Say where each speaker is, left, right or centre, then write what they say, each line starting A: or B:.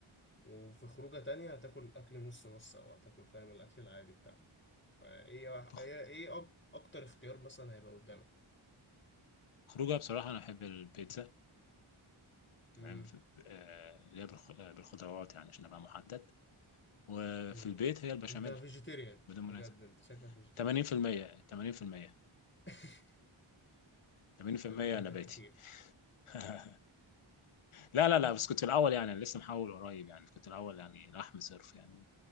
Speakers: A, on the left (about 25°); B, on the left (about 75°).
A: وفي خروجه تانية هتاكل اكل نص نص او هتاكل فاهم الاكل العادي بتاعك فايه واح-
B: بخ-
A: ايه ايه أك- اكتر اختيار مثلا هيبقى قدامك
B: خروجها بصراحه انا احب البيتزا
A: امم
B: تمام في- آه، اللي هي بالخ- آه، بالخضروات يعني عشان ابقى محدد وفي
A: امم
B: البيت هي البشاميل
A: انت فيجيتيريان
B: بدون
A: بجد
B: منازع
A: انت شكلك فيجيتيريان
B: 80% 80%
A: <laughs>
B: 80%
A: انت فايتك
B: نباتي
A: كتير
B: <laughs> لا لا لا بس كنت في الاول يعني أنا لسه محول قريب يعني كنت الاول يعني لحم صرف يعني